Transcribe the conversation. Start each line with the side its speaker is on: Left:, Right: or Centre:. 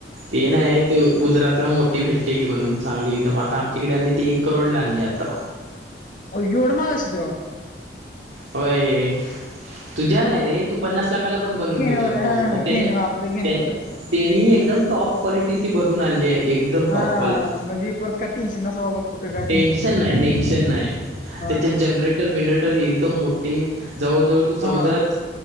Right: ते नाही गुजरातला मोठी भेटते की म्हणून चांगली एकदम आता आमच्याकडे आणली ती एक करोड ला आणली आता
Left: अ जोड माग असतं का
Right: होय तुझ्या रा आहे रे तू पन्नास लाखाला पण बनवून
Left: घेण्यावर
Right: घेऊ शकतो
Left: आहे हा
Right: पण त्याने
Left: घेण्या आपल्या घेण्यावर
Right: त्यांनी
Left: आहे
Right: एकदम टॉप क्वालिटी ची बनवून आणली आहे एकदम टॉप
Left: हा
Right: क्वालिटी
Left: म्हणजे परत काय टेन्शन नसो बाबा कुठे काय
Right: टेन्शन
Left: धंदीत न
Right: नाही
Left: कुठे
Right: टेन्शन नाही त्याच्यात
Left: हा
Right: जनरेटर बेनरेटर एकदम मोठे जवळ जवळ तू समुद्रात
Left: हा हा